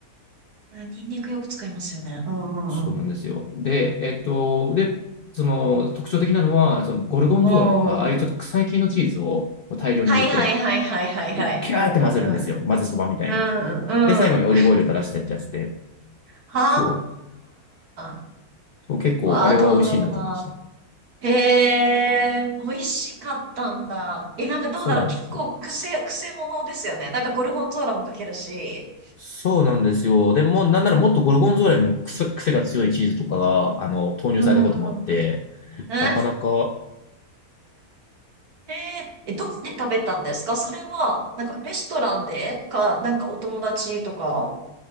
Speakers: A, on the right; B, on the left.
A: ニンニクよく使いますよね。うんうんう
B: そうなんですよ。で、えっと、で、その特徴的なのは、そのゴルゴンゾーラとか、
A: ん。うん。
B: ああいうちょっと臭い系のチーズを大量に入れて、
A: はいはいはいはいはいはい。
B: でギャーって混ぜるんですよ。
A: うん
B: 混ぜそばみたいに。
A: うんうん。うんうんうん。
B: で、最後にオリーブオイル垂らしてってやつで、
A: は
B: そ
A: あ。
B: う、そう結構、
A: わあ、
B: あれは美味しいなって思いました。
A: どうだろうな。へえ、美味しかったんだ。え、なんかどうだろう。
B: そうなんですよ。
A: 結構癖、癖者ですよね。なんかゴルゴンゾーラもかけるし。
B: そうなんですよ。でも、なんならもっとゴルゴンゾーラよりも癖、癖が強いチーズとかが、あの、投入されたこともあって、
A: うん。え、へ
B: なかなか
A: ーえ、どこで食べたんですかそれは、なんかレストランでか、なんかお友達とか